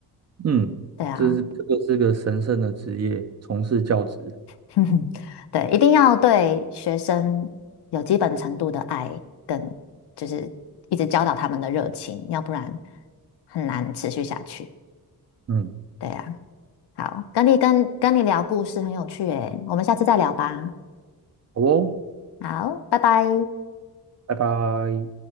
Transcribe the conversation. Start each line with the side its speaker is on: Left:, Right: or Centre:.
Right: 嗯，
Left: 对啊，
Right: 这是这个是个神圣的职业，从事教职。
Left: <laughs> 对，一定要对学生有基本程度的爱，跟就是一直教导他们的热情，要不然很难持续下去。
Right: 嗯，
Left: 对啊，好，跟你跟跟你聊故事很有趣诶，我们下次再聊吧。
Right: 好哦，
Left: 好，拜拜。
Right: 拜拜。